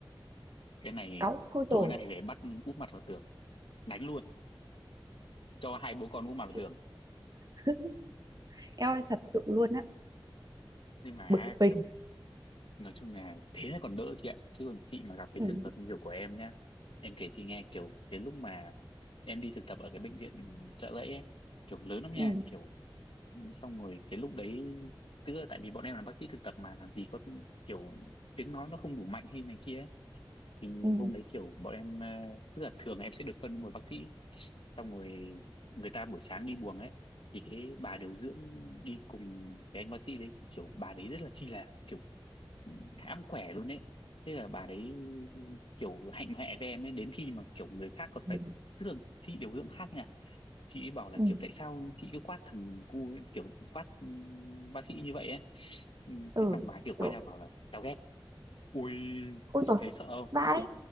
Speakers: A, on the left; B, on the right.
A: cái này
B: cáu thôi
A: tối
B: rồi
A: nay về bắt úp mặt vào tường, đánh luôn, cho hai bố con úp mặt vào
B: chị,
A: tường.
B: <laughs> em ơi thật sự luôn á
A: Nhưng mà
B: bực mình
A: kiểu nói chung là thế là còn đỡ chị ạ chứ còn chị mà gặp cái
B: ừ
A: trường hợp như kiểu của em nhá em kể chị nghe kiểu cái lúc mà em đi thực tập ở cái bệnh viện Chợ Rẫy ấy, kiểu lớn lắm nha
B: ừ
A: kiểu xong rồi cái lúc đấy tức là tại vì bọn em là bác sĩ thực tập mà làm gì có kiểu tiếng nói nó không đủ mạnh hay này kia ấy. thì
B: ừ
A: hôm đấy kiểu bọn em ờ, tức là thường em sẽ được phân với một bác sĩ xong rồi người ta buổi sáng đi buồng ấy thì cái bà điều dưỡng đi cùng cái anh bác sĩ đấy thì kiểu bà đấy rất là chi là kiểu hãm khỏe luôn đấy thế là bà đấy kiểu hạnh hoẹ với em ấy đến khi mà kiểu người khác còn
B: ừ
A: phải tức là chị điều dưỡng khác nha chị ấy bảo là
B: ừ
A: kiểu tại sao chị cứ quát thằng cu ấy, kiểu quát ừm, bác sĩ như vậy ấy Ừ,
B: ừ
A: thế xong bà kiểu quay
B: kiểu
A: ra bảo là tao ghét ui
B: ôi
A: chị
B: rồi
A: thấy sợ không
B: vãi